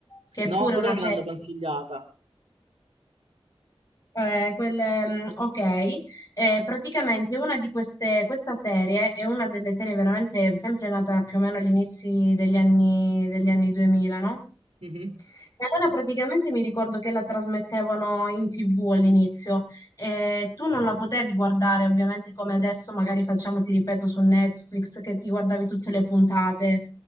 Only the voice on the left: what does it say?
che è
pure
una serie.
Eh, quelle, mh, ok, Eh, praticamente una di queste, questa serie è una delle serie veramente sempre nata più o meno all'inizio degli anni, degli anni 2000, no?
E Allora praticamente mi ricordo che la trasmettevano in TV all'inizio e tu non la potevi guardare ovviamente come adesso magari facciamo, ti ripeto, su Netflix che ti guardavi tutte le puntate